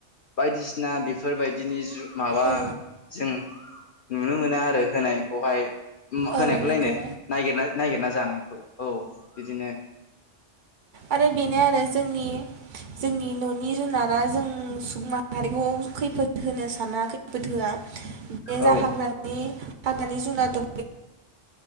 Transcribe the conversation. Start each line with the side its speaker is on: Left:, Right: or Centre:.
Left: बायदिसिना बेफोरबायदिनि माबा
Right: औ
Left: जों नुनो मोनो आरो होनायखौहाय।
Right: औ
Left: होनायखौलायनो
Right: नंगौ
Left: नागिरना नायगिरना जानायखौ औ बिदिनो।
Right: आरो बेनो आरो जोंनि जोंनि न'नि जुनारा जों सुबुं माहारिखौ खैफोद होनो साना खैफोद होआ बे जा
Left: औ
Right: हाग्रानि हाग्रानि जुनार